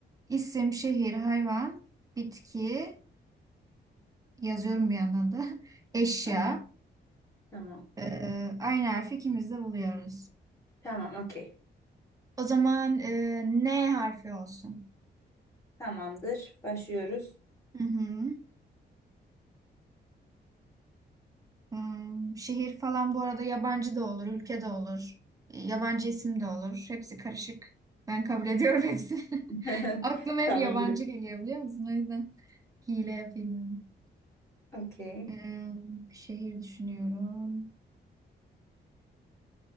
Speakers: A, on the right; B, on the left.
A: isim, şehir, hayvan, bitki yazıyorum bir yandan da. <laughs> Eşya.
B: Aha, tamam.
A: E, aynı harfi ikimiz de buluyoruz.
B: Tamam okey.
A: O zaman e, N harfi olsun.
B: Tamamdır. Başlıyoruz.
A: Hı hı. Hmm, şehir falan bu arada yabancı da olur, ülke de olur. E, Yabancı isim de olur. Hepsi karışık. Ben kabul ediyorum hepsini. <laughs>
B: <laughs>
A: Aklıma hep
B: Tamamdır.
A: yabancı geliyor biliyor musun? O yüzden hile yapayım. dedim.
B: Okey.
A: Ee, şehir düşünüyorum.